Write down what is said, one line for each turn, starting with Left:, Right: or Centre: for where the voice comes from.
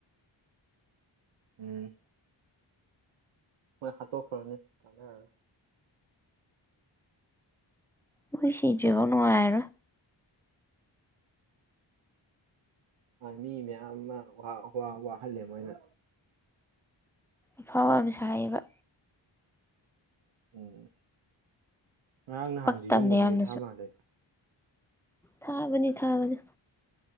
Right: ꯎꯝ ꯃꯣꯏ ꯍꯥꯠꯇꯣꯛꯈ꯭ꯔꯅꯤ ꯀꯥꯟꯅ ꯍꯥꯏꯔꯦ
Centre: ꯑꯩꯈꯣꯏ ꯁꯤꯗ꯭ꯔꯤꯐꯥꯎ ꯅꯨꯡꯉꯥꯏꯔꯣ
Right: ꯃꯤ ꯃꯌꯥꯝ ꯑꯃ ꯋꯥꯍꯜꯂꯦ ꯃꯣꯏꯅ
Centre: ꯑꯐꯥꯎꯔꯝ ꯁꯥꯏꯌꯦꯕ
Right: ꯎꯝ ꯉꯔꯥꯡ ꯅꯍꯥꯟꯁ
Centre: ꯄꯛꯇꯕꯅꯦ
Right: ꯌꯨꯝꯒꯨꯝ
Centre: ꯌꯥꯝꯅꯁꯨ
Right: ꯃꯩ ꯊꯥ ꯃꯥꯜꯗꯩ
Centre: ꯊꯥꯕꯅꯤ ꯊꯥꯕꯅꯤ